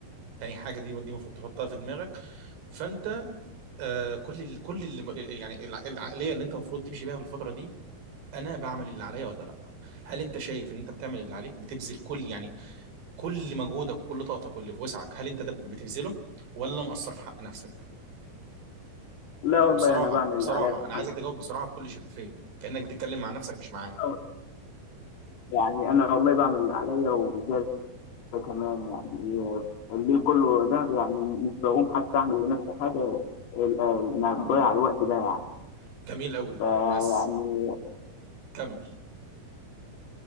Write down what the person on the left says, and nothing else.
لا والله
انا بعمل
اللي عليا
الحمد
لله يعني انا والله بعمل اللي عليا وبزياده كمان يعني الليل كله ده يعني مش بقوم حتى اعمل لنفسي حاجه ال- آه، انا مضيع الوقت ده يعني
فيعني